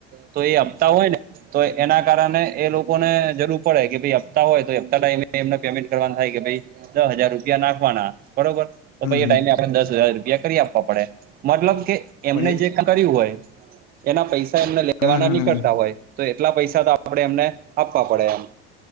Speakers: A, on the right; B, on the left.
A: તો એ હપતા હોય ને તો એના કારણે એ લોકોને જરૂર પડે કે ભઈ હપ્તા હોય તો એ હપ્તા ટાઈમે એમને પેમેન્ટ કરવાનું થાય કે ભઈ દહ હજાર રૂપિયા નાખવાના. બરોબર! તો
B: હમ
A: પહી એ
B: હમ
A: ટાઈમે આપણેને દસ હજાર રૂપિયા કરી આપવા પડે. મતલબ કે એમને
B: પણ એ
A: જે કામ કર્યું હોય, એના પૈસા એમને લેવાના
B: હમ હમ
A: નીકળતા
B: હમ
A: હોય તો એ એટલા પૈસા તો આપણેે એમને આપવા પડે એમ.